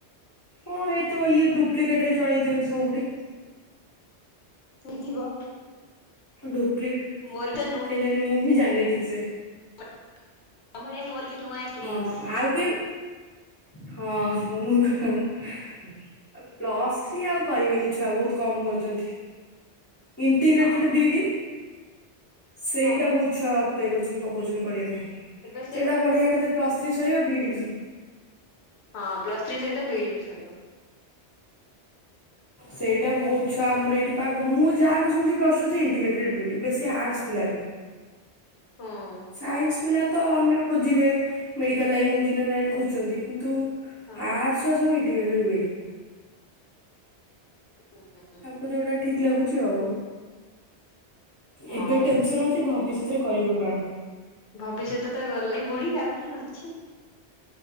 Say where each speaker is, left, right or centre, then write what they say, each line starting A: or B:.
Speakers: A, on the left; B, on the left.
A: ହଁ ଏଇତ ଇଏ ଡୁପ୍ଲିକେଟରେ ଚଳେଇ ଦିଅନ୍ତି ସବୁଠି।
B: ବି ଥିବ।
A: ଡୁପ୍ଲି
B: ମୋର ବି
A: କେ ଜାଣି ମୁଁ ବି ଜାଣିନି ଠିକ ସେ।
B: ତା ଭଳିଆ ମୋର ବି ନୂଆ ଏକ୍ସପିରିନ୍ସ।
A: ହଁ ଆଉ କି ହଁ ମୁ ପ୍ଲସ୍ ଥ୍ରୀ ଆଉ କରିବେନି ଛୁଆ। ବହୁତ କମ କରୁଛନ୍ତି। ଇଣ୍ଟିଗ୍ରେଟେଡ୍
B: ହଁ
A: ବିଇ ଡି ସେଇଟା
B: ହଁ
A: ବହୁତ ଛୁଆ ଆପ୍ଲାଏ କରୁଛନ୍ତି। ପକଉଛନ୍ତି କରିବା ପାଇଁ।
B: ଏବେ ସେଗୁରା
A: ସେଇଟା ବଢିଆ।
B: କରିଦଉଛନ୍ତି।
A: ଏକାଥରେ କେ ପ୍ଲସ ଥ୍ରୀ ସରିବ ବିଡି ବି ସ
B: ହଁ ପ୍ଲସ୍ ଥ୍ରୀ ସହିତ ବିଇଡି ବି ସରିବ।
A: ସେଇଟା ବହୁତ ଛୁଆ ଆମର ଏଇଠି ମୁଁ ଯାହାକୁ ଶୁଣିଛି ପ୍ଲସ୍ ଥ୍ରୀ ସରୁଚି ଇଣ୍ଟିଗ୍ରେଟେଡ ବିଇଡି ପିଲା ବି
B: ହଁ
A: ସାଇନ୍ସ ପିଲା ତ ଅନ୍ୟ ଖୋଜିବେ। ମେଡ଼ିକାଲ ଲାଇନ୍ ଇଞ୍ଜିନିୟର ଲାଇନ୍ ଖୋଜୁଛନ୍ତି। କିନ୍ତୁ
B: ହଁ
A: ଆର୍ଟ୍ସ ର ସବୁ ଇଣ୍ଟିଗ୍ରେଟଡ ବିଇଡି।
B: ହ
A: ତାଙ୍କୁ ଯୋଉଟା ଠିକ ଲାଗୁଛି ଆଉ।
B: ହଁ
A: ଏବେ ଟେନସନ ଅଛି କି ଭବିଷ୍ୟତରେ କରିବୁ କଣ
B: ଭବିଷ୍ୟତ ତ ଗଲାନି ବୁଡି। ଆଉ କଣ ଅଛି